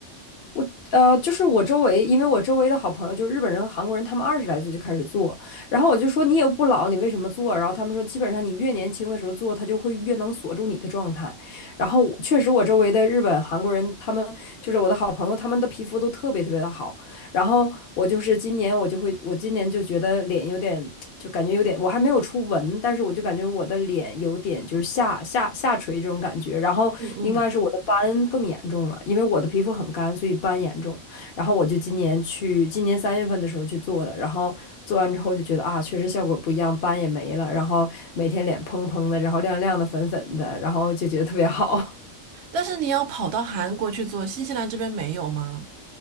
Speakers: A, on the left (about 55°); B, on the right (about 65°).
A: 我呃，就是我周围，因为我周围的好朋友就是日本人和韩国人，他们二十来岁就开始做，然后我就说你也不老，你为什么做？然后他们说，基本上你越年轻的时候做，它就会越能锁住你的状态。然后我确实，我周围的日本、韩国人，他们就是我的好朋友，他们的皮肤都特别特别的好，然后我就是今年我就会，我今年就觉得脸有点，就感觉有点，我还没有出纹，但是我就感觉我的脸有点就是下下下垂这种感觉。然后另外是我的斑更严重了，
B: 嗯嗯，
A: 因为我的皮肤很干，所以斑严重。然后我就今年去，今年三月份的时候去做的，然后做完之后就觉得啊，确实效果不一样，斑也没了，然后每天脸嘭嘭的，然后亮亮的、粉粉的，然后就觉得特别好。<laughs>
B: 但是你要跑到韩国去做，新西兰这边没有吗？